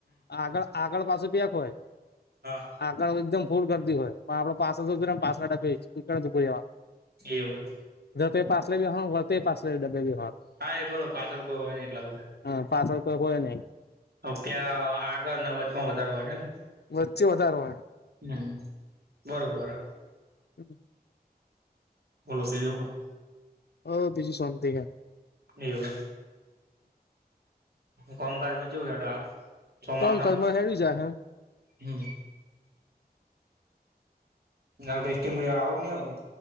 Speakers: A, on the left; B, on the right.
A: આગળ આગળ પાછું પ્યાંક હોય
B: હા.
A: આગળ એકદમ ફૂર કરતી હોય પણ આપડ પાસ પાસવા ઉભુ રહેવાનુ
B: એવું એમ.
A: જ તે પાછલે બેવાનુ હોત. તે પાસલે ડબ્બે ભ હોત
B: હા એ બરોબર પાછળ કોઈ હોય ને એટલા
A: હ પાસલ કોઈ હોય નહી.
B: હ પ્યાર આગળ ન વચમાં વધારો હોય ને
A: વચ્ચે વધારો હોય.
B: હે બરોબર હ.
A: હમ <unintelligible>
B: બોલો પેલુ હોય.
A: અ બીજુ શાંતિ હૈ.
B: એવું એમ. કોમ કજમાં છે ડાલ છ <inaudible> ચોમાસમાં
A: કામ કર્મ હેડ્યું જાય હે
B: હમ ના ટેસ્ટિંગ ભ આવક ન આવતું.